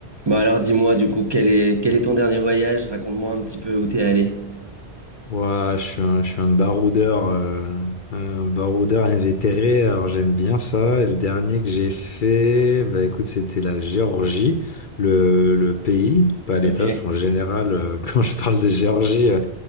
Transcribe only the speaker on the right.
Bon alors dis-moi du coup quel est quel est ton dernier voyage? Raconte-moi un petit peu où t'es allé.
Ok.